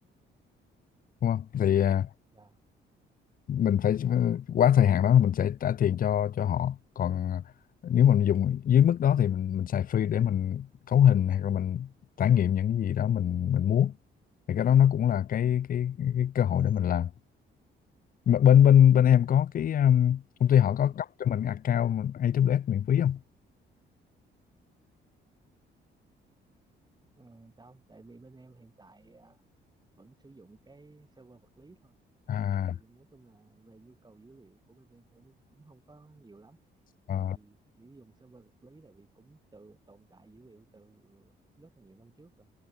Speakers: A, on the left (about 45°); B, on the right (about 20°).
A: đúng không thì à,
B: dạ
A: mình phải ờ, quá thời hạn đó mình sẽ trả tiền cho cho họ còn ờ, nếu mình dùng dưới mức đó thì mình mình xài free để mình cấu hình hay là mình trải nghiệm những gì đó mình mình muốn thì cái đó nó cũng là cái, cái, cái cơ hội để mình làm Mà bên bên bên em có cái um, công ty họ
B: ừ.
A: có cấp cho mình account A AWS miễn phí không?
B: Ừ, không tại vì bên em hiện tại à, vẫn sử dụng cái server vật lý thôi
A: À,
B: tại vì nói chung là về nhu cầu dữ liệu của bên em thì cũng cũng không có nhiều lắm
A: ờ,
B: thì chỉ dùng server vật lý tại vì cũng từ tồn tại dữ liệu từ rất là nhiều năm trước rồi